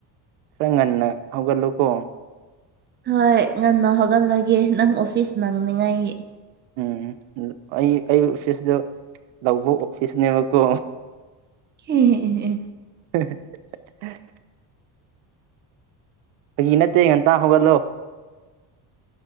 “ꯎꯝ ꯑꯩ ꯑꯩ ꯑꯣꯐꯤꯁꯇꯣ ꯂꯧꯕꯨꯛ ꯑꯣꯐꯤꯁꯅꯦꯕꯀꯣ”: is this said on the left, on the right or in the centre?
Right